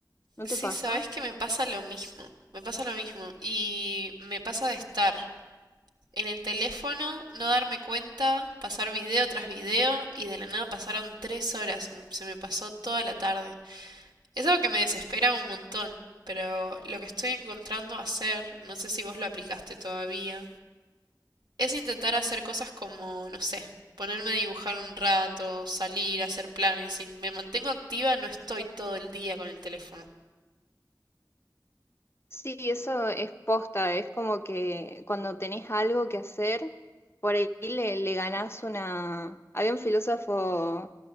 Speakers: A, on the left (about 35°); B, on the right (about 75°).
A: ¿No
B: Sí,
A: te pasa?
B: sabes que me pasa lo mismo, me pasa lo mismo y me pasa de estar en el teléfono, no darme cuenta, pasar video tras video y de la nada pasaron tres horas, m- se me pasó toda la tarde. Es algo que me desespera un montón, pero lo que estoy encontrando hacer, no sé si vos lo aplicaste todavía es intentar hacer cosas como, no sé, ponerme a dibujar un rato, salir, hacer planes. Si me mantengo activa, no estoy todo el día con el teléfono.
A: Sí, eso es posta, es como que cuando tenés algo que hacer, por ahí le, le ganás una... Había un filósofo,